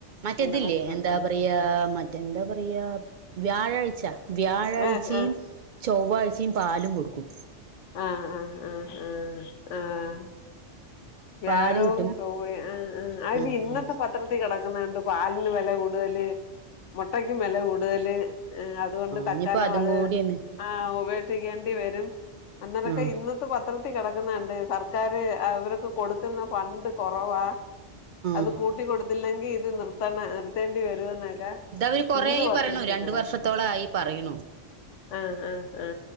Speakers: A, on the right; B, on the left.
A: മറ്റെതില്ലേ
B: ഇൻട്രസ്റ്റ്
A: എന്താ
B: ഉണ്ട്
A: പറയാ യാ മറ്റ എന്താ പറയാ വ്യാഴാഴ്ച വ്യാഴാഴ്ചയും
B: ആഹ് ആഹ്
A: ചൊവ്വാഴ്ചയും പാലും കൊടുക്കും
B: ആഹ് ആഹ് ആഹ് ആഹ് ആഹ് ആഹ് വ്യാഴവും
A: പാല് കിട്ടും
B: ചൊവ്വയും ആഹ് ആഹ് അതല്ല
A: ഉം
B: ഇന്നത്തെ
A: ഉം
B: പത്രത്തിൽ കിടക്കുന്ന കണ്ട് പാലിന് വില കൂടുതല് മുട്ടക്കും വില കൂടുതല് ആഹ് അതുകൊണ്ട് തൽക്കാലം
A: ഇനിയിപ്പോ അതും
B: അത്
A: കൂടിയാണ്
B: ആഹ് ഉപേക്ഷിക്കേണ്ടി വരും അന്നേരവൊക്കെ
A: ആഹ്
B: ഇന്നത്തെ പത് ത്രത്തി കെടക്കുന്നകണ്ട് സർക്കാര് അവർക്ക് കൊടുക്കുന്ന ഫണ്ട് കുറവാ
A: ആഹ്
B: അത് കൂട്ടി കൊടുത്തില്ലെങ്കി ഇത് നിർത്തണ നിർ ത്തേണ്ടി വരുവന്നെക്ക
A: ഇതവര് കൊറേയായി
B: ഇന്ന് പത്രത്തി
A: പറയണു രണ്ട്
B: കിടക്കുന്ന്
A: വർഷത്തോളായി പറയണു
B: ആഹ് ആഹ്